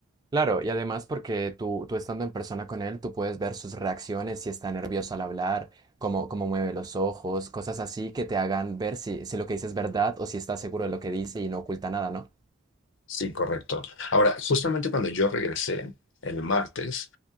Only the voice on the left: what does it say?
Sí, correcto. Ahora, justamente cuando yo regresé el martes,